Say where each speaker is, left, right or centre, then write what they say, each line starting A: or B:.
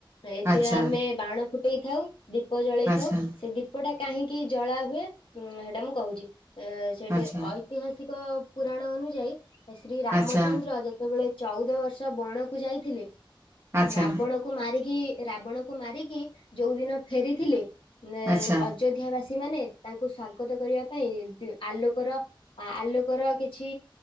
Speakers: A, on the left (about 70°); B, on the right (about 30°).
A: ଏଥିରେ
B: ଆଚ୍ଛା
A: ଆମେ ବାଣ ଫୁଟେଇଥାଉ ଦୀପ ଜଳେଇ
B: ଆଚ୍ଛା
A: ଥାଉ
B: ହଁ
A: ସେ ଦୀପଟା କାହିଁକି ଜଳା ହୁଏ ଉଁ ହେଟା ମୁଁ କହୁଚି ଏ ସେ
B: ଆଚ୍ଛା
A: ଯେ ଐ ଐତିହାସିକ ପୁରାଣ ଅନୁଯାୟୀ ଶ୍ରୀ ରାମଚନ୍ଦ୍ର
B: ଆଚ୍ଛା
A: ଯେତେବେଳେ ଚଉଦ ବର୍ଷ ବଣକୁ ଯାଇଥିଲେ
B: ଆଚ୍ଛା
A: ରାବଣ କୁ ମାରିକି ରାବଣ କୁ ମାରିକି ଯୋଉ ଦିନ ଫେରିଥିଲେ ଏଁ
B: ଆଚ୍ଛା
A: ଅ ଅଯୋଧ୍ୟା ବାସୀ ମାନେ ତାଙ୍କୁ ସ୍ଵାଗତ କରିବା ପାଇଁ ଦି ଆଲୋକର ହଁ ଆଲୋକର କିଛି